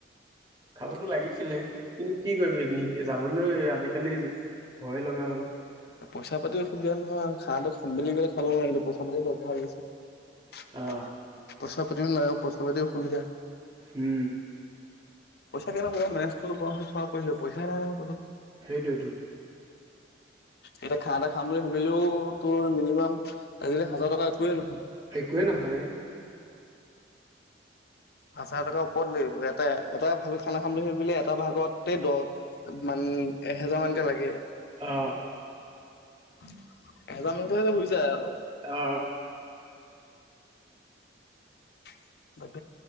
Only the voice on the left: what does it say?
পইচা পাতিও অসুবিধা নহয় আৰু খাঁহটো খাম বুলি ক'লে খাব নোৱি পইচা পাতিও দৰকাৰ হৈ গৈছে।
পইচা পাতিও নাই। প্ইচা পাতি অসুবিধা।
পইচা কেনেকুৱা মেনেজ কৰিব পৰা হলে পইচাই নাই নহয় হাতত।
এতিয়া খাহ এটা খাম বুলি ভাবিলেও তোৰ মিনিমাম আজিলৈ হাজাৰ টকা একোৱে নহয়।
হাজাৰ টকাৰ ওপৰত লাগিব, এটাই এটা ভাল খানা খাম বুলি ভাবিলে এটা ভাগতে দহ মান এহেজাৰ মানকে লাগে।
এহেজাৰ মানতে <unintelligible> যায় আৰু।
<inaudible>